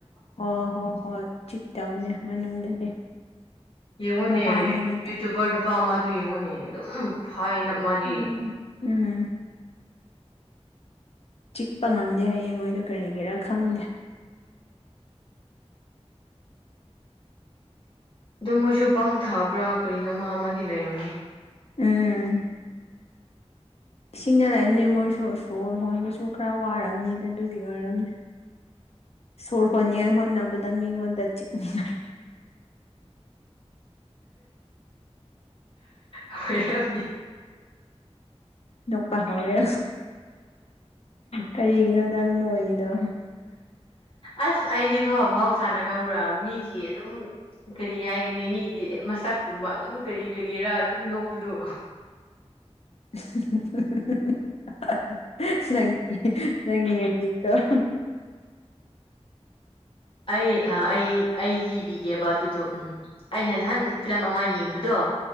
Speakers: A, on the left (about 65°); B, on the left (about 50°).
A: ꯍꯣꯏ ꯍꯣꯏ ꯍꯣꯏ ꯆꯤꯛ ꯇꯥꯕꯅꯤ ꯃꯅꯨꯡꯗꯗꯤ
B: ꯌꯦꯡꯉꯨꯅꯦ
A: ꯃꯄꯥꯟꯗ ꯉꯥꯛꯇ
B: ꯌꯨꯇꯌꯨꯕꯔ ꯅꯨꯄꯥ ꯑꯃꯗꯨ ꯌꯦꯡꯉꯨꯅꯦ ꯑꯗꯨꯝ ꯍꯥꯏꯅ ꯃꯥꯗꯤ
A: ꯎꯝ ꯎꯝ ꯆꯤꯛꯄ ꯉꯝꯗꯦ ꯍꯥꯏꯌꯦ ꯃꯣꯏꯗꯣ ꯀꯔꯤꯒꯤꯔꯥ ꯈꯪꯗꯦ
B: ꯗꯨꯝ ꯃꯣꯏꯁꯨ ꯄꯪ ꯊꯕ꯭ꯔꯥ ꯀꯔꯤꯅꯣꯃ ꯑꯃꯗꯤ ꯂꯩꯔꯝꯃꯤ
A: ꯎꯝ ꯏꯁꯤꯡꯗ ꯂꯩꯕꯅꯦ ꯃꯣꯏꯁꯨ ꯁꯣꯔ ꯍꯣꯟꯕꯁꯨ ꯈꯔ ꯋꯥꯔꯝꯅꯤ ꯑꯗꯨ ꯑꯗꯨꯒꯤ ꯑꯣꯏꯔꯝꯅꯤ ꯁꯣꯔ ꯍꯣꯟꯅꯤꯡꯉꯥꯏ ꯍꯣꯠꯅꯕꯗ ꯃꯤꯉꯣꯟꯗ ꯆꯤꯛꯅꯤꯡꯉꯥꯏ
B: ꯑꯣꯢꯔꯝꯅꯤ
A: ꯅꯣꯛꯄ ꯍꯧꯔꯦ ꯀꯔꯤꯒꯤꯅꯣ ꯅꯪ ꯅꯣꯛꯏꯗꯣ
B: ꯑꯁ ꯑꯩꯗꯤꯀꯣ ꯃꯍꯧꯁꯥꯅ ꯈꯪꯕ꯭ꯔꯥ ꯃꯤꯒꯤ ꯑꯗꯨꯝ ꯀꯔꯤ ꯍꯥꯏꯒꯅꯤ ꯃꯤꯒꯤ ꯃꯁꯛꯀꯨꯝꯕ ꯑꯗꯨꯝ ꯀꯔꯤ ꯀꯔꯤꯔꯥ ꯑꯗꯨꯝ ꯅꯣꯛꯄꯗꯣ
A: <inaudible> ꯑꯁ ꯅꯪ ꯅꯪꯒꯤ ꯕꯤꯠꯇꯣ <inaudible>
B: ꯑꯩ ꯑ ꯑꯩ ꯑꯩ ꯂꯤꯕꯤꯒꯦꯕ ꯑꯗꯨꯗꯣ ꯎ ꯑꯩꯅ ꯅꯍꯥꯟ ꯐꯤꯂꯝ ꯑꯃ ꯌꯦꯡꯕꯗꯣ